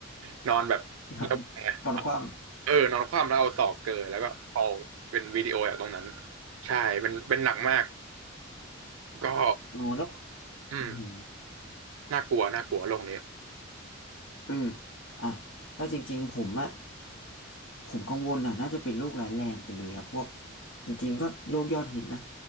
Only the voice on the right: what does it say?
<laughs> นอนแบบแล้วแต่
เออนอนคว่ำแล้วเอาศอกเกยแล้วก็คอลเป็นวิดีโอจากตรงนั้นใช่เป็นเป็นหนักมากก็
อืม
น่ากลัวน่ากลัวโลกนี้